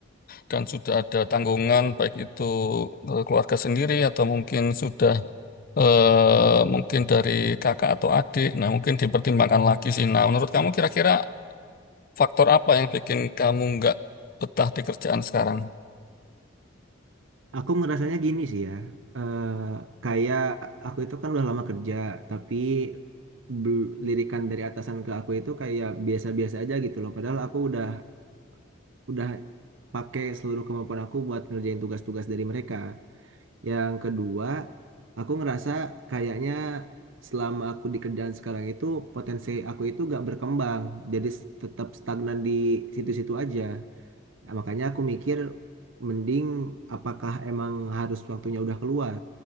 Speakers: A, on the left; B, on the right.
A: dan sudah ada tanggungan, baik itu eh, keluarga sendiri atau mungkin sudah eh, mungkin dari kakak atau adik. Nah, mungkin dipertimbangkan lagi sih. Nah, menurut kamu kira-kira faktor apa yang bikin kamu nggak betah di kerjaan sekarang?
B: Aku ngerasanya gini sih ya, eh, kayak aku itu kan udah lama kerja, tapi bel- lirikan dari atasan ke aku itu kayak biasa-biasa aja gitu loh. Padahal aku udah udah pakai seluruh kemampuan aku buat ngerjain tugas-tugas dari mereka. Yang kedua, aku ngerasa kayaknya selama aku di kerjaan sekarang itu potensi aku itu gak berkembang, jadi s- tetap stagnan di situ-situ aja. Ya, makanya aku mikir mending apakah emang harus waktunya udah keluar.